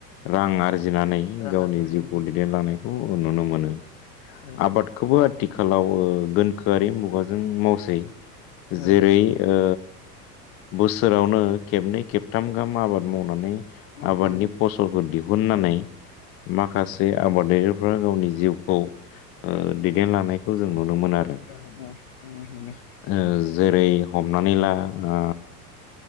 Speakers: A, on the left; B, on the left.
A: रां आरजिनानै
B: रां
A: गावनि
B: आरजिनो हायो
A: जिउखौ दैदेनलांनायखौ नुनो मोनो
B: ओ
A: आबादखौबो आथिखालाव ओ गोनखोआरि मुगाजों मावसो हायो
B: ओ
A: जेरै ओ बोसोरावनो खेबनै खेबथाम गाम आबाद मावनानै
B: मावनानै
A: आबादनि फसलखौ दिहुुननानै
B: औ
A: माखासे आबादारिफ्रा गावनि जिउखौ ओ
B: ओं
A: दैदेनलांनायखौ जों नुनो मोनो आरो
B: <unintelligible> मोनो
A: ओ जेरै हमनानै ला ओ